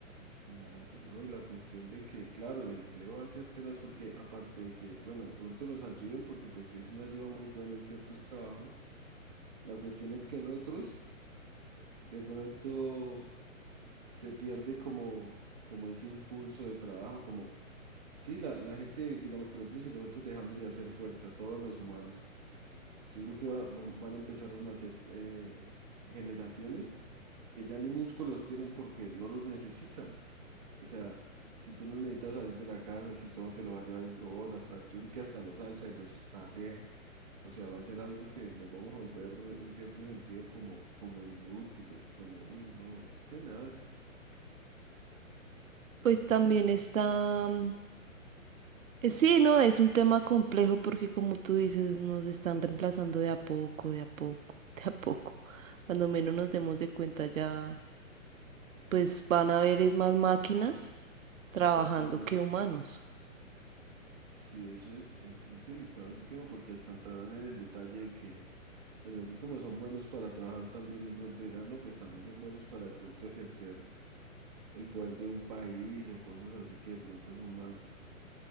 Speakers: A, on the right; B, on the right.
A: Claro, ¿no? Y la cuestión de que, claro, el empleo va a ser tenaz porque aparte de que, bueno, de pronto nos ayuden porque pues es una ayuda muy buena en ciertos trabajos, la cuestión es que en otros de pronto se pierde como, como ese impulso de trabajo, como, sí, la, la gente, digamos, por ejemplo, si nosotros dejamos de hacer fuerza, todos los humanos, yo creo que van, van- van a empezar a nacer eh, generaciones que ya ni músculos tienen porque no los necesitan. O sea, si tú no necesitas salir de la casa, si todo te lo va a llevar el robot, hasta yo creo que hasta los alza y los pasea. O sea, va a ser algo que nos vamos a volver en cierto sentido como, como inútiles, como, uy, no, es tenaz, es
B: Pues también está, mm, eh, sí, no, es un tema complejo porque como tú dices, nos están reemplazando de a poco, de a poco, <laughs> de a poco. Cuando menos nos demos de cuenta ya, pues van a haber es más máquinas trabajando
A: qué personas.
B: que humanos.
A: Sí, eso es, es, es delicado ese tema porque hasta entrarán en el detalle de que, pues así como son buenos para trabajar, también de pronto dirán, no, pues también son buenos para de pronto ejercer el poder de un país o cosas así que de pronto son más